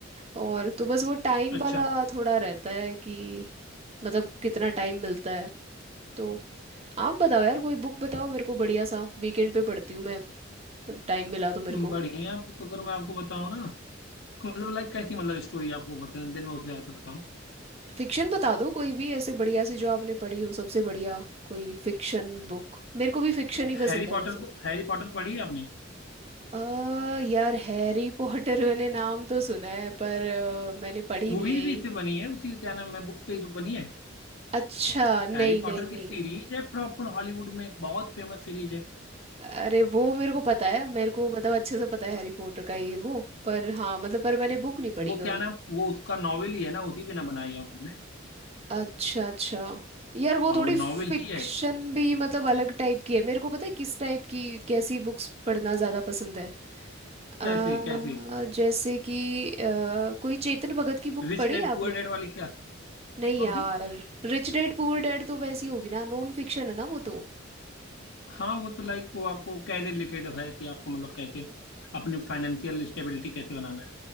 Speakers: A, on the right (about 30°); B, on the left (about 85°).
A: और तो बस वो टाइम
B: अच्छा
A: वाला थोड़ा रहता है कि मतलब कितना टाइम मिलता है तो आप बताओ यार कोई बुक बताओ मेरे को बढ़िया सा वीकेंड पे पढ़ती हूँ मैं टाइम मिला तो मेरे
B: हम्म,
A: को
B: बढ़िया बुक अगर मैं आपको बताऊँ ना मतलब लाइक कैसी मतलब स्टोरी आपको पसंद है दिन में उसे ऐसे बताऊँ
A: फिक्शन बता दो कोई भी ऐसे बढ़िया सी जो आपने पढ़ी हो सबसे बढ़िया कोई फिक्शन बुक मेरे को भी फिक्शन ही
B: Harry
A: पसंद है
B: Potter
A: वैसे
B: हैरी पॉटर पढ़ी है आपने
A: अ यार हैरी पॉटर <laughs> मैंने नाम तो सुना है पर अ, मैंने पढ़ी
B: मूवीज
A: नहीं है ये
B: भी इससे बनी है उसी का क्या नाम है बुक्स पे ही तो बनी है
A: अच्छा नहीं
B: हैरी
A: नहीं
B: पॉटर
A: नहीं
B: की सीरीज है प्रॉपर हॉलीवुड में बहुत फेमस सीरीज है
A: अरे वो मेरे को पता है मेरे को मतलब अच्छे से पता है हैरी पॉटर का ये वो पर हाँ मतलब पर मैंने
B: तो
A: बुक नहीं पढ़ी
B: वो
A: कभी
B: क्या नाम वो उसका नॉवेल ही है ना उसी पे ना बनाई है उन्होंने
A: अच्छा अच्छा यार वो
B: हाँ
A: थोड़ी
B: वो नॉवेल
A: फिक्शन
B: ही है
A: भी मतलब अलग टाइप की है मेरे को पता है किस टाइप की कैसी बुक्स पढ़ना ज़्यादा पसंद है अ,
B: कैसे कैसे
A: जैसे कि अ, कोई चेतन भगत की बुक
B: रिच
A: पढ़ी
B: डैड
A: है आपने
B: पुअर डैड वाली क्या
A: नहीं
B: कौन
A: यार
B: सी
A: रिच डैड पुअर डैड तो वैसी होगी ना नॉन फिक्शन है ना वो तो
B: हाँ वो तो लाइक वो आपको क्या रिलेटेड है कि आपको मतलब कैसे अपनी फाइनेंशियल स्टेबिलिटी कैसे बनाना